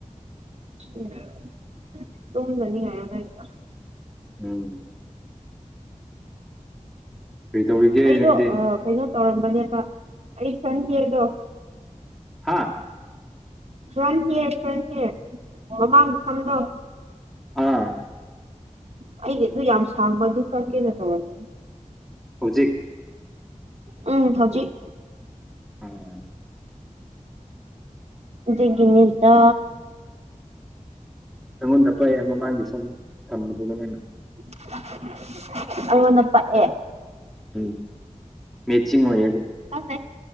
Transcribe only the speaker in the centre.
ꯎꯝ ꯀꯔꯤ ꯇꯧꯔꯤꯒꯦ
ꯅꯪꯗꯤ
ꯍꯥꯥ
ꯑꯥ
ꯍꯧꯖꯤꯛ
ꯎꯝ
ꯅꯪꯉꯣꯟꯗ ꯄꯛꯑꯦ ꯃꯃꯥꯡꯒꯤ ꯁꯝ ꯊꯝꯕꯗꯨꯗ ꯅꯪꯒꯤ
ꯎꯝ ꯃꯦꯠꯆꯤꯡ ꯑꯣꯏꯌꯦꯕꯨ